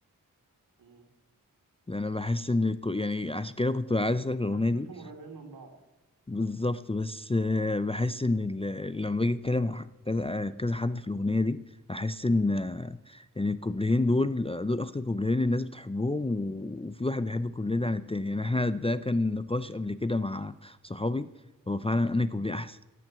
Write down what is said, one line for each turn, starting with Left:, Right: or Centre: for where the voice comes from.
Right: مم.
Left: انا بحس ان الكو... يعني عشان كده كنت عايز اسالك الاغنيه
Right: انا حاسسهم
Left: دي
Right: قريبين من بعض
Left: بالظبط بس آه، بحس ان ال... لما باجي اتكلم مع ح- كذا آه، كذا حد في الاغنيه دي احس ان آه، ان الكوبلين دول آه، دول اكتر كوبلين الناس بتحبهم و... وفي واحد بيحب الكوبلين ده عن التاني يعني احنا ده كان نقاش قبل كده مع صحابي هو فعلا انا كوبليه احسن